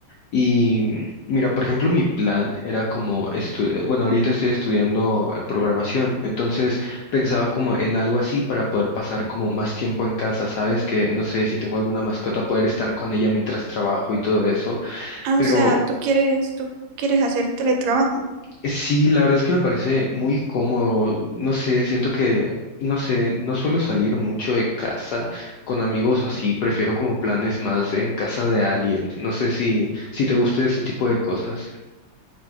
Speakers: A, on the left; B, on the right.
A: Y mm, mira, por ejemplo, mi plan era como, estu- eh, bueno, ahorita estoy estudiando eh, programación, entonces pensaba como en algo así para poder pasar como más tiempo en casa, ¿sabes? Que no sé si tengo alguna mascota, poder estar con ella mientras trabajo y todo eso.
B: Ah,
A: Pero
B: o sea, tú quieres, tú quieres hacer teletrabajo.
A: Sí, la verdad es que me parece muy cómodo. No sé, siento que, no sé, no suelo salir mucho de casa con amigos así. Prefiero como planes más en casa de alguien. No sé si, si te gusta ese tipo de cosas.